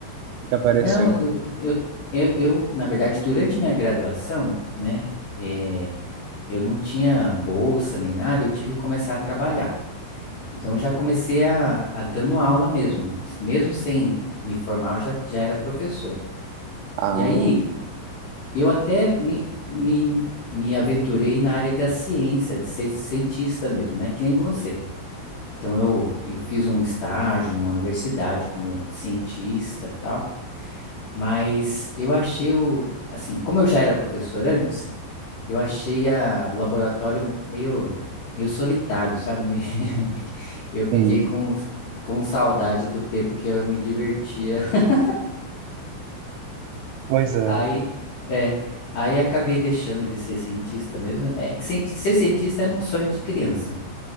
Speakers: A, on the right; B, on the left.
A: O que apareceu?
B: Não, eu, eu, eu, eu, na verdade, durante minha graduação, né, é, eu não tinha bolsa nem nada, eu tive que começar a trabalhar. Então eu já comecei a, a dando aula mesmo, mesmo sem me formar, eu já, já era professor.
A: Ah,
B: E aí eu até me, me, me aventurei na área da ciência, de ser cientista mesmo, né, que nem você. Então eu, eu fiz um estágio numa universidade como cientista, e tal. Mas eu achei o, assim, como eu já era professor antes, eu achei a- o laboratório meio, meio solitário, sabe? Me- <laughs> Eu fiquei
A: sim.
B: com, com saudade do tempo que eu me divertia. <laughs>
A: Pois é.
B: Aí, é, aí acabei deixando de ser cientista mesmo. É, cien- ser cientista era um sonho de criança,